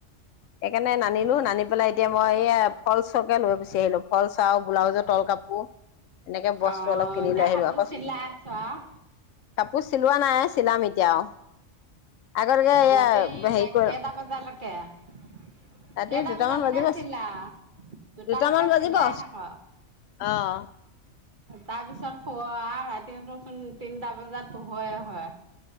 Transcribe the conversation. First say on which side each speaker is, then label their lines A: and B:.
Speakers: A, on the left; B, on the right.
A: সেইকাৰণে নানি লো। নানি পেলাই, এতিয়া মই, এইয়া, ফলচকে লৈ গুচি আহিলোঁ, ফলচ আৰু ব্লাউজৰ তল কাপোৰ। এনেকে বস্তু
B: অ',
A: অলপ কিনি
B: এতিয়া
A: লৈ আহিলোঁ।
B: কাপোৰ
A: আকৌ
B: চিলাই আছ আৰু
A: কাপোৰ চিলোৱা নাই, চিলাম এতিয়া, অ'। আগতকে, এইয়া
B: ৰাতি
A: সেৰি কৰি
B: <unintelligible>
A: ৰাতি
B: কেইটা
A: দুটামান
B: বজালৈকে
A: বাজিব,
B: চিলাও? দুটালৈকে
A: দুটামান বাজিব।
B: চিলাই থাক,
A: অ'!
B: তাৰপিছত, শু আৰু ৰাতিচোন, তিনটা বজাত পোহৰে হয়।